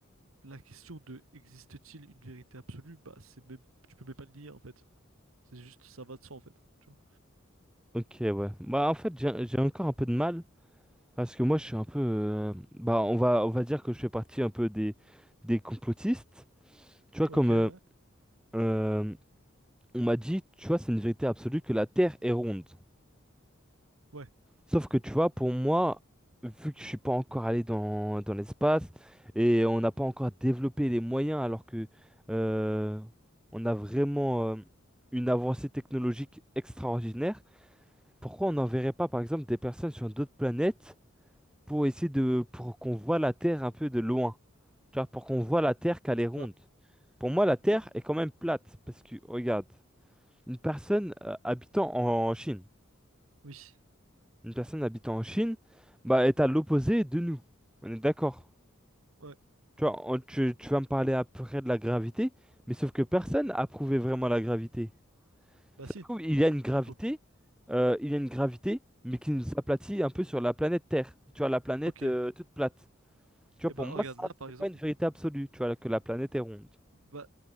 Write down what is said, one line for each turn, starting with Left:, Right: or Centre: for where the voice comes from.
Right: La question de existe-t-il une vérité absolue, bah c'est même tu peux même pas le nier en fait. C'est juste ça va de soi en fait. Tu vois.
Centre: Ok, ouais. Bah, en fait, j'ai
Right: Donc, euh,
Centre: j'ai encore un peu de mal parce que moi, je suis un peu. euh, bah, on va, on va dire que je fais partie un peu des, des complotistes. Tu vois,
Right: Ok,
Centre: comme euh,
Right: ouais.
Centre: euh, on m'a dit, tu vois, c'est une vérité absolue que la Terre est ronde.
Right: Ouais.
Centre: Sauf que tu vois, pour moi, vu que je suis pas encore allé dans, dans l'espace et on n'a pas encore développé les moyens, alors que euh, on a vraiment euh, une avancée technologique extraordinaire, pourquoi on n'enverrait pas par exemple des personnes sur d'autres planètes pour essayer de pour qu'on voit la Terre un peu de loin, tu vois, pour qu'on voit la Terre qu'elle est ronde.
Right: Bah
Centre: Pour moi, la Terre
Right: euh,
Centre: est quand même plate parce que regarde, une personne euh, habitant en Chine.
Right: oui.
Centre: une personne habitant en Chine, bah, est à l'opposé de nous. On est d'accord.
Right: Ouais.
Centre: Tu vois, on- tu, tu vas me parler après de la gravité, mais sauf que personne
Right: ouais.
Centre: a prouvé vraiment la gravité.
Right: Bah
Centre: Ça
Right: si,
Centre: se trouve, il y a une gravité,
Right: du coup.
Centre: euh, il y a une gravité, mais qui nous aplatit un peu sur la planète Terre. Tu vois, la planète
Right: Ok.
Centre: euh, toute plate. Tu vois,
Right: Et
Centre: pour
Right: bah
Centre: moi,
Right: regarde,
Centre: ça,
Right: là par
Centre: c'est
Right: exemple,
Centre: pas une vérité absolue, tu vois, que la planète est ronde.
Right: bah